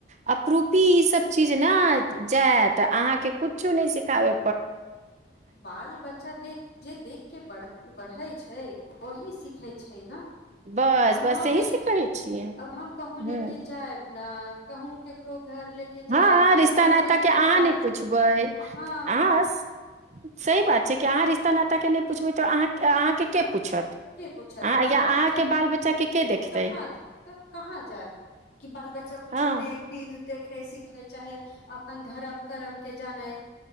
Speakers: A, on the right; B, on the left.
A: आपरूपी ई सब चीज नहि जायत अहाँकें कुछु न सिखाबे
B: बाल बच्चा देख जे देख के बढ़ै छै वही सिखैत छै ने
A: बस
B: अब
A: बस
B: हम
A: यही से कहै छियै
B: अब हम कहुँ
A: ह
B: लेके जायब न कहहूँ केकरो घर लेके
A: हँ
B: जायब ने
A: रिश्ता
B: कोनो
A: न
B: रीति
A: त के अहाँ
B: रिवाज
A: ने पुछबै
B: हँ
A: आ सही बात छै कि अहाँ रिश्ता नाताके नहि पुछबै तऽ अहाँ अहाँके के पूछत
B: के पूछत
A: अहाँ या
B: आ नहि
A: अहाँके
B: पूछत तब
A: बाल बच्चा के के देखतै
B: कहाँ जा तब कहाँ जायत कि बाल बच्चा कुछो
A: हँ
B: ने बिध देखै सिखै चाहे अपन धर्म करम के जानै